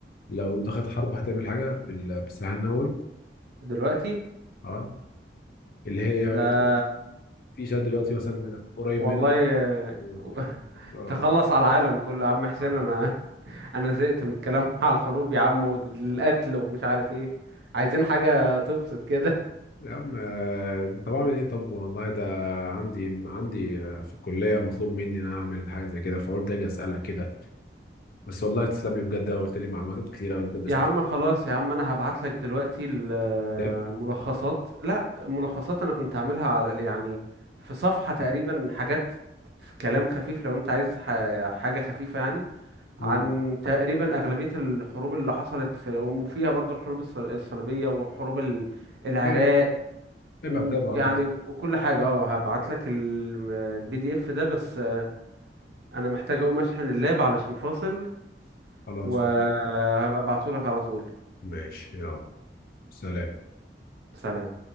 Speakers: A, on the left; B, on the right.
A: لو دخلت حرب هتعمل حاجه بال- بالسلاح النووي
B: دلوقتي
A: اه اللي هي
B: ده
A: في شد دلوقتي مثلا قريب
B: والله
A: منها و-
B: <laughs>
A: آه،
B: تخلص على العالم كله يا عم حسين
A: عارفة.
B: انا انا زهقت من الكلام على الحروب يا عم والقتل ومش عارف ايه عايزين حاجة تبسط كده
A: يا عم آه، طب اعمل ايه طب والله ده عندي عندي آه، في الكليه مطلوب مني ان انا اعمل حاجه زي كده فقلت اجي اسالك كده بس والله تسلم لي بجد قلت لي معلومات كتير قوي بجد استفدت
B: يا عم خلاص يا عم انا هبعت لك دلوقتي الملخصات
A: كتاب
B: لا ملخصات انا كنت عاملها على يعني في صفحة تقريبا حاجات كلام خفيف لو انت عايز ح- حاجة خفيفة يعني عن
A: امم
B: تقريبا أغلبية الحروب اللي حصلت في وفيها برضو الحروب الص- الصليبية وحروب ال- العراق
A: حلو طب
B: ويعني
A: ابعت ابعت طب
B: وكل حاجة اه هبعت لك البي دي اف ده بس آه، انا محتاج اقوم اشحن اللاب علشان فاصل
A: خلاص
B: وهبقى ابعته لك على طول
A: ماشي يلا سلام
B: سلام